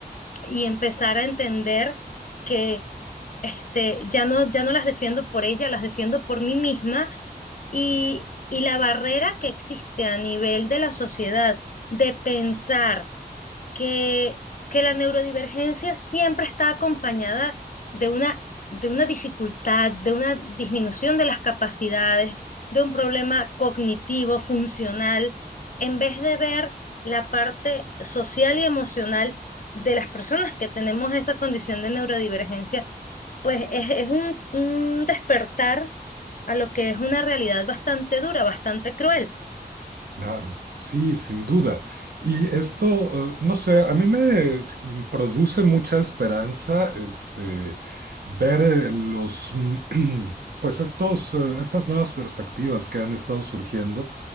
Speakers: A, on the left; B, on the right.
A: y empezar a entender que este, ya no, ya no las defiendo por ella, las defiendo por mí misma y, y la barrera que existe a nivel de la sociedad de pensar que, que la neurodivergencia siempre está acompañada de una, de una dificultad, de una disminución de las capacidades, de un problema cognitivo, funcional, en vez de ver la parte social y emocional de las personas que tenemos esa condición de neurodivergencia, pues es, es un, un despertar a lo que es una realidad bastante dura, bastante cruel.
B: claro. Sí, sin duda. Y esto, eh, no sé, a mí me mm, produce mucha esperanza, este, ver eh, los, mm, <clears throat> pues estos, eh, estas nuevas perspectivas que han estado surgiendo